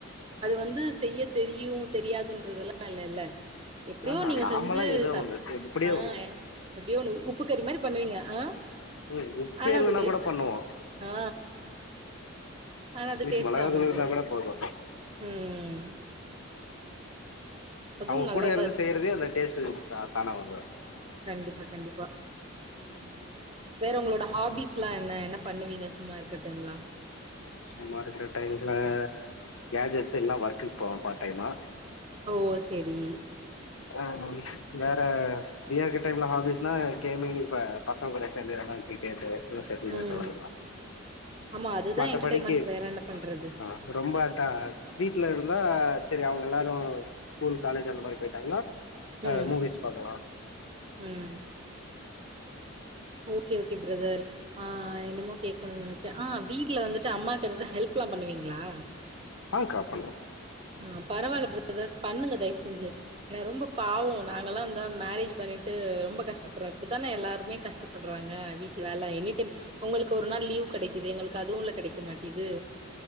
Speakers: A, on the right; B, on the left.
A: அது வந்து செய்ய தெரியு தெரியாதுன்றதெல்லா இல்லல எப்படியோ
B: ஆஹா
A: நீங்க
B: நாமல்லா
A: செஞ்சு
B: ஏதோ
A: சாப்
B: ஒண்ணு இப்டியே
A: ஆ
B: ஒண்ணு
A: எப்படியோ ஒன்னு உப்பு கறி மாரி பண்ணுவீங்க ஆ
B: ம் உப்பே
A: ஆனா
B: இல்லன்னா
A: அந்த டேஸ்ட்
B: கூட பண்ணுவோ
A: ஆ ஆனா
B: அட்லீஸ்ட்
A: அது டேஸ்ட்
B: மொளகாத்தூள்
A: அமஞ்சிரு
B: இருந்தா கூட போது
A: ம் அதுவும்
B: அவங்க
A: நல்லா
B: கூடயிருந்து
A: தான் இருக்கும்.
B: செய்யறதே அந்த டேஸ்டு ஸ் தானா வந்துரு
A: கண்டிப்பா கண்டிப்பா ம் வேற ஒங்களோட ஹாபிஸ்லா என்ன என்ன பண்ணுவீங்க சும்மா இருக்க டைம்லாம்
B: சும்மா இருக்கிற டைம்ல கேஜெட்ஸ்லா ஒர்க்குக்கு போவோ பார் டைம்மா
A: ஓ செரி
B: ஆ வேற ஃப்ரீயா இருக்க டைம்ல ஹாபீஸ்னா கேமிங் இப்ப பசங்க கூட சேந்துலா கிரிக்கெட்டு இல்ல செட்டில்மெண்ட்
A: ம்
B: வெளாடுவ
A: ஆமா அதுதா
B: மத்தபடிக்கு
A: என்டர்டென்மென்ட் வேற என்ன பண்றது
B: ஆ ரொம்ப வீட்ல இருந்தா செரி அவங்க எல்லாரு ஸ்கூல் காலேஜ் அந்த மாரி போய்ட்டாங்கன்னா ஆ
A: ம்,
B: மூவிஸ் பாக்கலா
A: ம். ஓகே ஓகே பிரதர் ஆ என்னமோ கே க்கனுன் நெனச்சே ஆ வீட்ல வந்துட்டு அம்மாக் எதாது ஹெல்ப்லா பண்ணுவீங்களா
B: ஆங்க்கா பண்ணுவோ
A: ஆ பரவால்ல பிரதர் பண்ணுங்க தயவு செஞ்சு ஏன்னா ரொம்ப பாவோ நாங்கல்லா இந்தா மேரேஜ் பண்ணிட்டு ரொம்ப கஷ்டப்படுறோ இப்படித்தானே எல்லாருமே கஷ் டப்படுறாங்க வீட்டு வேல எனிடைம் உங்களுக்கு ஒரு நாள் லீவ் கெடைக்குது எங்களுக்கு அதுவுல கெடைக்க மாட்டிது